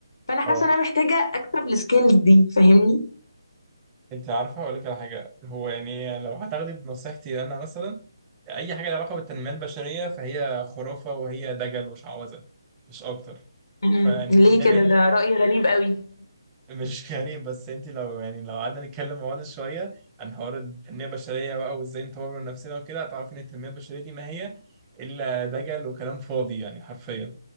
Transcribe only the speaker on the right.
اه
انت عارفة اقول لك على حاجة هو يعني لو هتاخدي بنصيحتي انا مثلا اي حاجة لها علاقة بالتنمية البشرية فهي خرافة وهي دجل وشعوذة مش اكتر
فنبعد
مش غريب بس انت لو يعني لو قعدنا نتكلم مع بعض شويه عن حوار التنميه البشريه بقى وازاي نطور من نفسنا وكده هتعرفي ان التنميه البشريه دي ما هي الا دجل وكلام فاضي يعني حرفيا